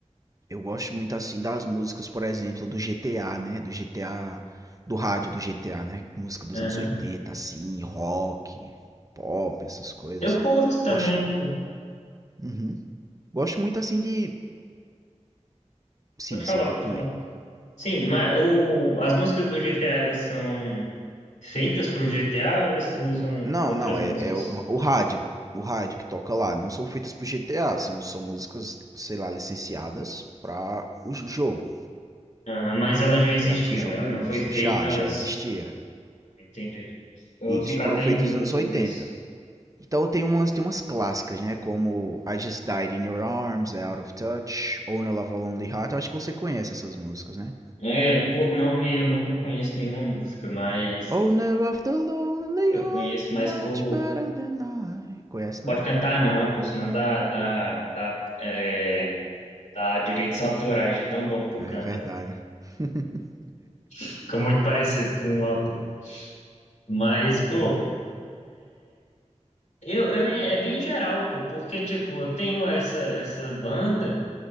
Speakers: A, on the right; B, on the left.
A: Eu gosto muito assim das músicas, por exemplo, do GTA, né? Do GTA, do rádio do GTA, né? Música dos
B: Aham.
A: anos 80, assim, rock, pop, essas coisas.
B: Eu curto também,
A: Gosto.
B: pô.
A: Uhum. Gosto muito assim de. Sim,
B: Pode falar,
A: sim, continuei.
B: pode falar. Sim, mas o, as músicas do GTA, elas são feitas para o GTA, ou elas usam
A: Não,
B: outras
A: não,
B: músicas.
A: é, é o, o rádio. O rádio que toca lá. Não são feitas pro GTA, são, são músicas, sei lá, licenciadas para o jogo.
B: Ah, mas elas já existiam,
A: tá Ligado que o jogo
B: elas
A: usa.
B: não foi feitas.
A: Já, já existia.
B: Entendi. Eu
A: Isso,
B: vou ficar
A: foram
B: até
A: feitos
B: em dúvida
A: nos anos
B: sobre
A: 80.
B: isso.
A: Então tem umas, tem umas clássicas, né? Como I Just Died in Your Arms, É Out of Touch, Oh No Love of a Lonely Heart. Eu acho que você conhece essas músicas, né?
B: É, por nome eu nunca conheço nenhuma música, mas
A: Oh No of the Lonely
B: eu
A: Heart,
B: conheço mais
A: much
B: por.
A: better than I. Conhece
B: Pode
A: não?
B: cantar não, pô, senão dá, dá, dá, é, dá direitos autorais de tão bom que
A: Ah,
B: tu canta.
A: É verdade. <laughs>
B: Fica muito parecido com o autor. Mas, pô.
A: é.
B: Eu, eu, é bem geral, pô, porque, tipo, eu tenho essa, essa banda,